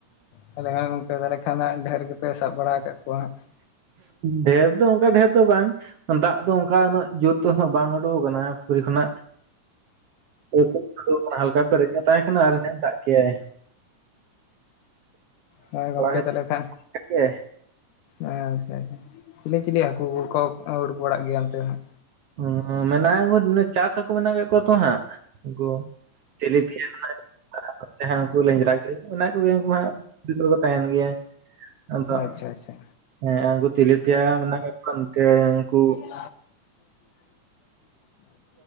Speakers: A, on the left (about 80°); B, on the right (about 65°).
A: ᱛᱟᱦᱚᱞᱮ ᱠᱷᱟᱱ ᱜᱚᱝᱠᱮ ᱛᱟᱦᱚᱞᱮ ᱠᱷᱟᱱ ᱰᱷᱮᱨ ᱜᱮᱯᱮ ᱥᱟᱵ ᱵᱟᱲᱟ ᱟᱠᱟᱫ ᱠᱚᱣᱟ ᱦᱟᱸᱜ ᱾
B: ᱰᱷᱮᱨ ᱫᱚ ᱚᱱᱠᱟ ᱰᱷᱮᱨ ᱫᱚ ᱵᱟᱝ᱾ ᱫᱟᱜ ᱫᱚ ᱚᱱᱠᱟ ᱩᱱᱟᱹᱜ ᱡᱳᱨ ᱫᱚ ᱦᱟᱸᱜ ᱵᱟᱝ ᱩᱰᱩᱠ ᱟᱠᱟᱱᱟ ᱯᱩᱠᱷᱨᱤ ᱠᱷᱚᱱᱟᱜ᱾ <unintelligible> ᱦᱟᱞᱠᱟ ᱯᱮᱨᱮᱸᱡᱽ ᱜᱮ ᱛᱟᱦᱮᱸ ᱠᱟᱱᱟ ᱟᱨ ᱮᱱᱮ ᱫᱟᱜ ᱠᱮᱭᱟᱭ᱾
A: ᱦᱳᱭ ᱜᱚᱝᱠᱮ
B: ᱦᱩᱭ
A: ᱛᱟᱦᱚᱞᱮ ᱠᱷᱟᱱ
B: ᱠᱟᱱ ᱜᱮᱭᱟᱭ
A: ᱟᱪᱪᱷᱟ ᱪᱤᱞᱤ ᱪᱤᱞᱤ ᱦᱟᱹᱠᱩ ᱠᱚᱠᱚ ᱩᱰᱩᱠ ᱵᱟᱲᱟᱜ ᱜᱮᱭᱟ ᱚᱱᱛᱮ ᱦᱟᱸᱜ?
B: ᱚᱸ ᱢᱮᱱᱟᱜ ᱠᱚ ᱛᱤᱱᱟᱹᱜ ᱪᱟᱥ ᱦᱟᱸᱠᱩ ᱢᱮᱱᱟᱜ ᱟᱠᱟᱫ ᱠᱚᱣᱟ ᱛᱚ ᱦᱟᱸᱜ᱾ ᱩᱱᱠᱩ ᱛᱮᱞᱮ ᱯᱤᱭᱟ ᱟᱨ ᱱᱚᱛᱮ ᱦᱟᱸᱜ ᱩᱱᱠᱩ ᱞᱮᱸᱧᱡᱽᱨᱟ ᱜᱟᱹᱲᱟᱹᱭ ᱢᱮᱱᱟᱜ ᱠᱚᱜᱮᱭᱟ ᱩᱱᱠᱩ ᱦᱟᱸᱜ ᱠᱚ ᱛᱟᱦᱮᱱ ᱜᱮᱭᱟ᱾ ᱟᱫᱚ
A: ᱟᱪᱪᱷᱟ ᱟᱪᱪᱷᱟ᱾
B: ᱦᱮᱸ ᱟᱨ ᱩᱱᱠᱩ ᱛᱮᱞᱮᱯᱤᱭᱟ ᱢᱮᱱᱟᱜ ᱟᱠᱟᱜ ᱠᱚᱣᱟ ᱱᱚᱛᱮ ᱩᱱᱠᱩ
A: <unintelligible> ᱛᱟᱦᱚᱞᱮ